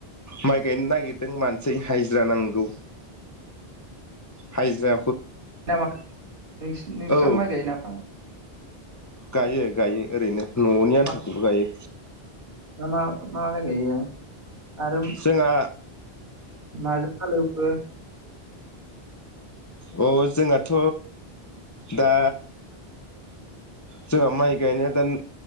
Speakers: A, on the left (about 20°); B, on the right (about 60°).
A: माइ गायनो नागिरदों मानसि हाजिरा नांगौ हाजिरा
B: नामा नों नोंस्रा
A: औ
B: माइ गायो नामा?
A: गायो गायो ओरैनो न'नि
B: अ
A: आन्थाखौल गायो
B: मा माइ मा मा माय गायो? आरो
A: जोंहा
B: माजों हालौवो? बो
A: अ जोंनाथ' दा जोंहा माइ गायनाया दा